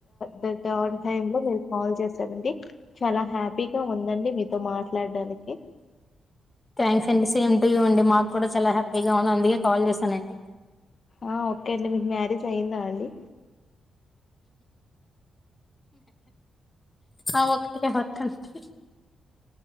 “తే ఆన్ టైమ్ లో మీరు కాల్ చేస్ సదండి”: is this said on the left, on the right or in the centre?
Left